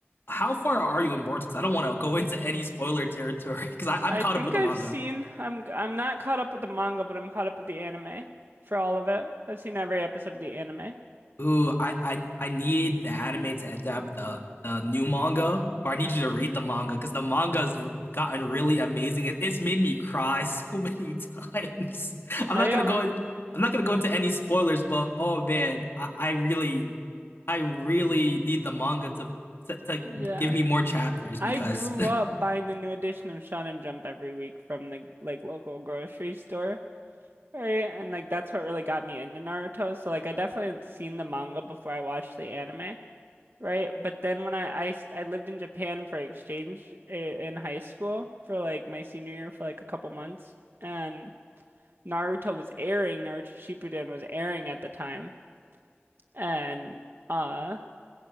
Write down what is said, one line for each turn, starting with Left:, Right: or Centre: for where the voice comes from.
Left: how far are you in Boruto? Because I don't want to go <laughs> into any spoiler territory <laughs> because I'm
Right: I
Left: caught
Right: think
Left: up with
Right: I've
Left: the manga.
Right: seen I'm I'm not caught up with the manga, but I'm caught up with the anime for all of it. I've seen every episode of the anime.
Left: Ooh, I, I I need the anime to adapt the the new manga, or I need you to read the manga because the manga's gotten really amazing. It, it's made me cry so <laughs> many times. I'm
Right: I
Left: not gonna
Right: um
Left: go in, I'm not gonna go into any spoilers, but oh man, I, I really I really need the manga to, to to
Right: yeah.
Left: give me more chapters
Right: I
Left: because
Right: grew up buying the new edition of Shonen and Jump every week from the like local grocery store, right? And like that's what really got me into Naruto. So like I definitely had seen the manga before I watched the anime, right? But then when I I, st- I lived in Japan for exchange i- in high school for like my senior year for like a couple months, and Naruto was airing, Naruto Shippuden was airing at the time, and. uh.